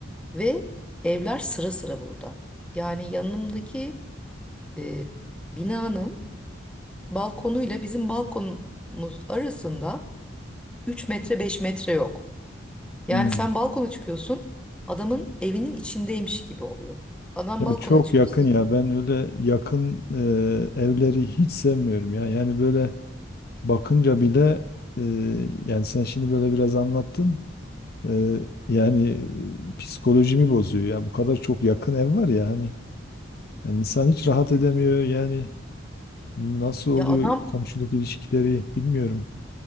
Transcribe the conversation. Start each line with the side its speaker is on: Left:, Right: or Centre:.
Centre: Ve evler sıra sıra burada. Yani yanımdaki e, binanın balkonuyla bizim balkonumuz arasında 3 metre 5 metre yok. Yani
Left: Hmm.
Centre: sen balkona çıkıyorsun, adamın evinin içindeymiş gibi oluyor. Adam
Left: Ya
Centre: balkona
Left: çok
Centre: çıkıyor,
Left: yakın
Centre: senin
Left: ya ben öyle yakın e, evleri hiç sevmiyorum ya yani böyle bakınca bile e, yani sen şimdi böyle biraz anlattın E, yani e, psikolojimi bozuyor ya bu kadar çok yakın ev var ya hani yani insan hiç
Centre: çok
Left: rahat edemiyor
Centre: kötü.
Left: yani nasıl oluyor
Centre: Ya adam
Left: komşuluk ilişkileri bilmiyorum.